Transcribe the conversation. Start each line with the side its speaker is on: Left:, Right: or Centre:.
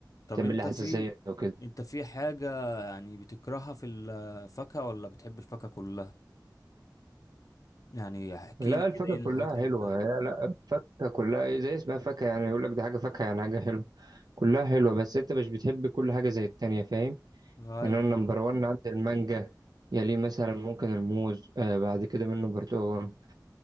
Left: طب
Right: بتعمل
Left: انت
Right: لي حساسيه
Left: في
Right: وكده
Left: انت في حاجه يعني بتكرهها في الفاكهه ولا بتحب الفاكهه كلها يعني احكي
Right: لا
Left: لي
Right: الفاكهه
Left: كده ايه الحاجات
Right: كلها
Left: اللي
Right: حلوه
Left: انت
Right: هي لا الفاكهه كلها ايه زي اسمها فاكهه يعني يقول لك دي حاجه فاكهه يعني حاجه حلوه كلها حلوه بس انت مش بتحب كل حاجه زي التانية فاهم
Left: ايوه
Right: يعني انا
Left: طبعا
Right: نمبر 1 عندي المانجا يليه مثلا ممكن الموز آه بعد كده منه برتقال